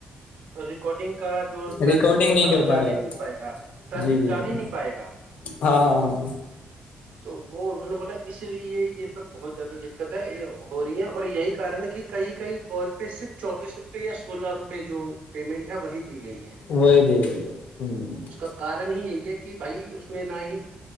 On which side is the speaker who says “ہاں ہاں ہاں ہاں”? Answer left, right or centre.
Left